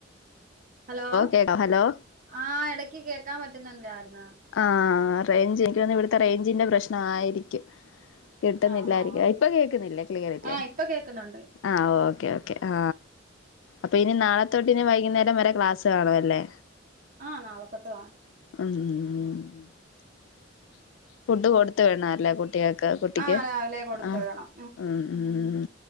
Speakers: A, on the right; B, on the left.
A: ഹലോ
B: കേക്കാം ഹലോ
A: ആ എടക്ക് കേക്കാം പറ്റുന്നില്ലായിര്ന്ന
B: ആ റേഞ്ച് എനിക്കോന്ന് ഇവിടുത്തെ റേഞ്ചിന്റെ പ്രശ്നായിരിക്കും കിട്ടുന്നില്ലായിരിക്കു
A: ആഹ് ആഹ്
B: ഇപ്പൊ കേക്കുന്നില്ലേ ക്ലിയറില്ലേ
A: ആ ഇപ്പൊ കേക്കുന്നുണ്ട്
B: ആ ഓക്കേക്കേ ആ അപ്പൊ ഇനി നാളെത്തൊട്ട് ഇനി വൈകുന്നേരം വരെ ക്ലാസ് കാണുഅല്ലേ
A: ആ നാളെത്തൊട്ട് ആ
B: ഉം ഫുഡ് കൊടുത്തവിണല്ലേ കുട്ട്യക്ക് കുട്ടിക്ക്
A: ആ രാവിലെ കൊടുത്തു
B: ആ
A: വിടണം
B: ഉം ഉം